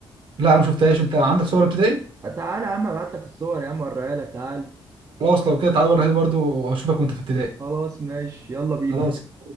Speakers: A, on the right; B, on the right.
A: لا انا ما شفتهاش انت عندك صور ابتدائي
B: تعال يا عم ابعت لك الصور يا عم اوريها لك تعال
A: خلاص لو كده تعالى اوريها لي برضو واشوفك وانت في ابتدائي
B: خلاص ماشي يلا بينا
A: خلاص